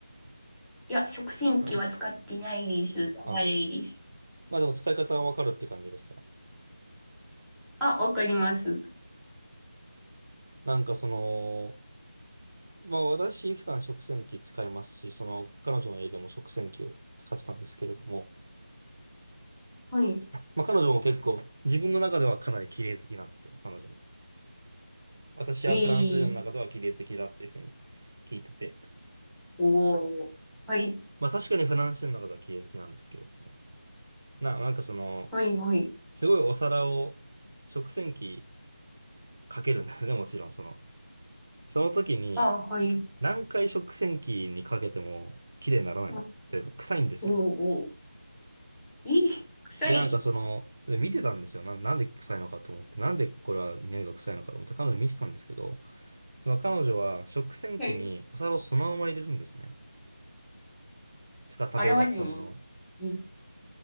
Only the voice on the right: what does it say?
<coughs> あ、
まあでも使い方はわかるって感じですか。
なんかその、まあ私普段食洗機使いますし、その彼女の家でも食洗機を使ってたんですけれども、
まあ彼女も結構自分の中ではかなり綺麗好きなんですよ、彼女も。私はフランス人の中では綺麗好きだっていうふうに聞いてて。
まあ確かにフランス人の中では綺麗好きなんですけれども。な、なんかその、
すごいお皿を食洗機かけるんですね、もちろんその。その時に
何回食洗機にかけても綺麗にならないというか臭いんですよ。
で、なんかその、で見てたんですよ。
な、なんで臭いのかと思って、なんでこれは匂いが臭いのかと思って彼女に見てたんですけど、その彼女は食洗機にお皿をそのまま入れるんですね。
しか食べ終わったものを。